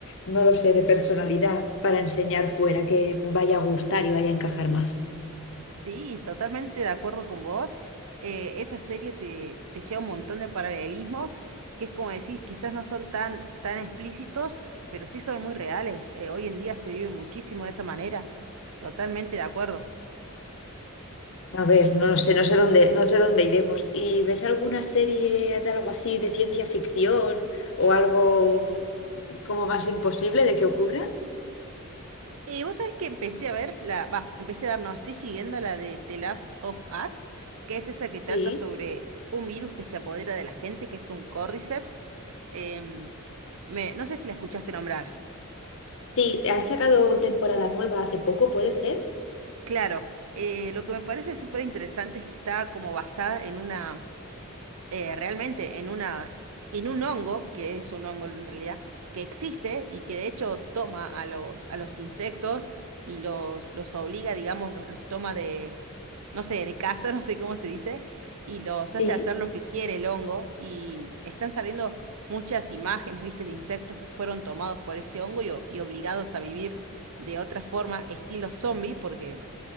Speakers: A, on the left; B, on the right.
A: no lo sé, de personalidad para enseñar fuera, que vaya a gustar y vaya a encajar más.
B: Sí, totalmente de acuerdo con vos. Eh, esa serie te, te lleva un montón de paralelismos, que es como decís, quizás no son tan, tan explícitos, pero sí son muy reales. Eh, hoy en día se vive muchísimo de esa manera. Totalmente de acuerdo.
A: A ver, no lo sé, no sé dónde, no sé dónde iremos. ¿Y ves alguna serie de algo así de ciencia ficción o algo mm, como más imposible de que ocurra?
B: Eh, vos sabés que empecé a ver la, va, empecé a ver, no, estoy siguiendo la de The Last of Us, que es esa que trata
A: Sí.
B: sobre un virus que se apodera de la gente, que es un Cordyceps. Em, me, no sé si la escuchaste nombrar.
A: Sí, han sacado temporada nueva hace poco, ¿puede ser?
B: Claro, eh, lo que me parece súper interesante es que está como basada en una, eh, realmente en una, en un hongo, que es un hongo en realidad, que existe y que de hecho toma a los, a los insectos y los, los obliga, digamos, lo- los, toma de, no sé, de casa, <laughs> no sé cómo se dice, y los hace
A: Sí.
B: hacer lo que quiere el hongo. Y están saliendo muchas imágenes, viste, de insectos que fueron tomados por ese hongo y o- y obligados a vivir de otra forma, estilo zombie, porque